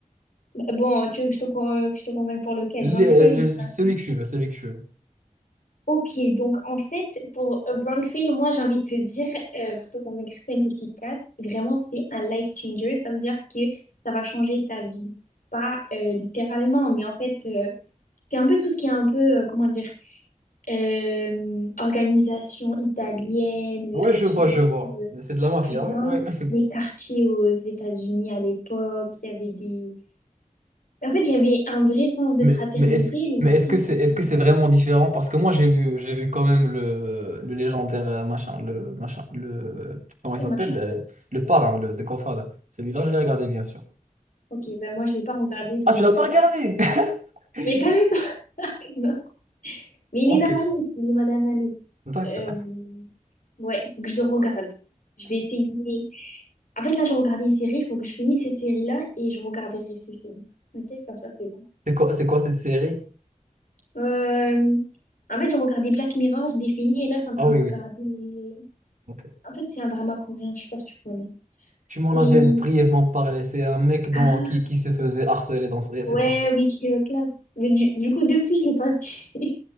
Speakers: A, on the left; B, on the right.
A: Bah, Bon, tu veux que je te, con- que je te convainque pour lequel?
B: Les-
A: Bronx
B: euh,
A: Tale ou Scarface?
B: je- celui que je veux, celui que je veux.
A: Ok, donc en fait, pour A Bronx Tale, moi j'ai envie de te dire, euh, pour te convaincre simple, efficace, vraiment c'est un life changer. Ça veut dire que ça va changer ta vie. Pas euh, littéralement, mais en fait, euh, C'est un peu tout ce qui est un peu, euh, comment dire, euh, organisation italienne versus,
B: Ouais, je vois, je vois.
A: euh,
B: C'est de la mafia,
A: tu vois,
B: ouais, ouais. <laughs>
A: les quartiers aux États-Unis à l'époque. Il y avait des... En fait, il y avait un vrai sens de
B: Mais,
A: fraternité,
B: mais est-ce,
A: mais
B: mais
A: aussi,
B: est-ce que
A: se
B: c'est,
A: passait
B: est-ce que c'est vraiment différent? Parce que moi, j'ai vu, j'ai vu quand même le, le légendaire euh, machin, le machin, le, comment il
A: des
B: s'appelle?
A: machin.
B: Le, le parrain, le, The Godfather. Celui-là, je l'ai regardé, bien sûr.
A: Ok, ben moi, je l'ai pas regardé, donc...
B: Ah, tu l'as pas
A: euh,
B: regardé? <laughs>
A: Mais calme-toi! <laughs> Non. Mais il
B: Ok,
A: est dans ma liste, il est dans ma liste.
B: d'accord.
A: Euh, ouais, faut que je le regarde. Je vais essayer. En fait, là, je regarde une série, il faut que je finisse cette série-là et je regarderai ces films. Ok, comme ça, c'est bon.
B: C'est quoi, c'est quoi cette série?
A: Euh, en fait, je regardais Black Mirror, j'ai défini et là, je suis en train
B: Ah oui,
A: de regarder.
B: oui. ok.
A: En fait, c'est un drama coréen, je sais pas si tu connais.
B: Tu m'en
A: C'est.
B: avais brièvement parlé. C'est un mec
A: Ah,
B: dans, qui, qui se faisait harceler dans... C'est
A: ouais,
B: ça.
A: oui, Kill Class. Mais du, du coup, depuis, je l'ai pas vu. <laughs>